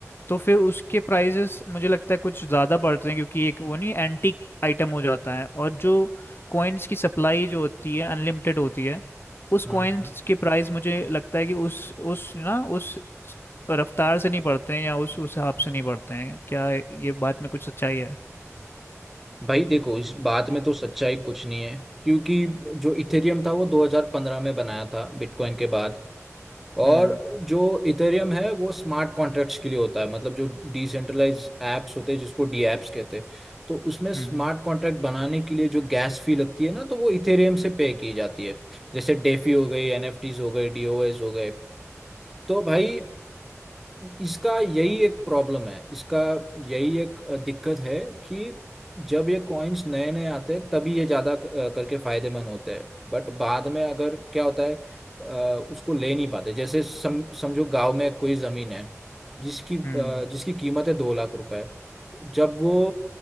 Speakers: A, on the left (about 45°); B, in the centre.
A: तो फिर उसके प्राइजेस मुझे लगता है कुछ ज़्यादा बढ़ते हैं क्योंकि एक वो नहीं एंटीक आइटम हो जाता है और जो कॉइन्स की सप्लाई जो होती है अनलिमिटेड होती है उस कॉइन्स
B: हम्म,
A: के प्राइस मुझे लगता है कि उस उस ना उस रफ्तार से नहीं बढ़ते हैं या उस उस हिसाब से नहीं बढ़ते हैं क्या ये बात में कुछ सच्चाई है
B: भाई देखो इस बात में तो सच्चाई कुछ नहीं है क्योंकि जो इथेरियम था वो 2015 में बनाया था बिटकॉइन के बाद और
A: हम्म
B: जो इथेरियम है वो स्मार्ट कॉन्ट्रैक्ट्स के लिए होता है मतलब जो डिसेंट्रलाइज एप्स होते हैं जिसको डी एप्स कहते हैं तो उसमें स्मार्ट
A: हम्म
B: कॉन्ट्रैक्ट बनाने के लिए जो गैस फी लगती है ना तो वो इथेरियम से पे की जाती है जैसे डेफी हो गई एनएफटीज हो गए डीओएस हो गए तो भाई इसका यही एक प्रॉब्लम है इसका यही एक दिक्कत है कि जब ये कॉइन्स नए नए आते हैं तभी ये ज्यादा क- करके फायदेमंद होते हैं बट बाद में अगर क्या होता है अ, उसको ले नहीं पाते जैसे सम, समझो गांव में कोई जमीन है जिसकी अ,
A: हम्म
B: जिसकी कीमत है दो लाख रुपए जब वो